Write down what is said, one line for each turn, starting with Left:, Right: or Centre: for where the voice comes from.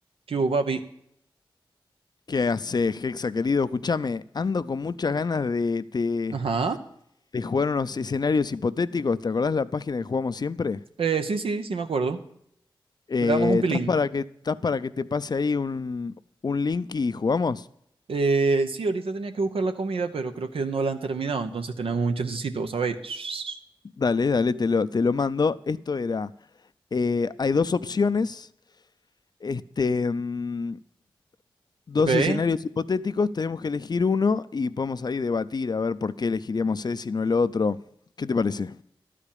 Right: ¿Qué hubo, papi?
Left: ¿Qué haces, Hexa, querido? Escuchame, ando con muchas ganas de, te
Right: Ajá.
Left: de jugar unos escenarios hipotéticos. ¿Te acordás la página que jugamos siempre?
Right: Eh, sí, sí, sí me acuerdo.
Left: Eh,
Right: Le damos un pilín.
Left: ¿estás para que, estás para que te pase ahí un, un link y jugamos?
Right: Eh, sí, ahorita tenía que buscar la comida, pero creo que no la han terminado, entonces tenemos un chancecito, ¿sabéis?
Left: Dale, dale, te lo, te lo mando. Esto era, eh, hay dos opciones, este, mm, dos
Right: Ok.
Left: escenarios hipotéticos, tenemos que elegir uno y podemos ahí debatir a ver por qué elegiríamos ese y no el otro. ¿Qué te parece?